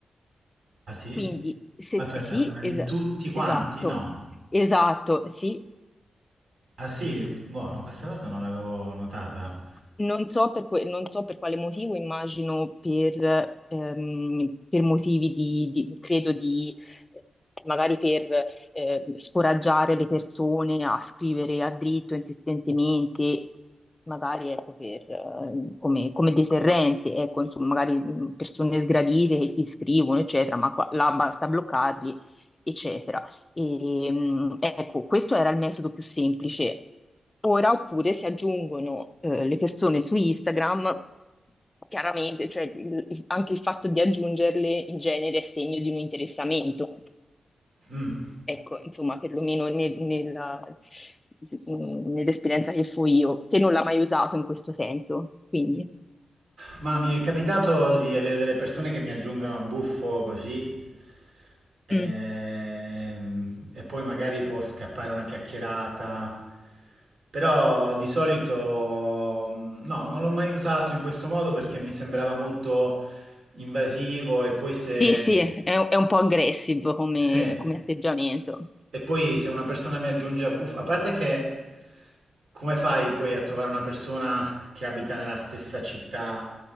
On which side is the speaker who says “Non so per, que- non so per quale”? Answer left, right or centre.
Left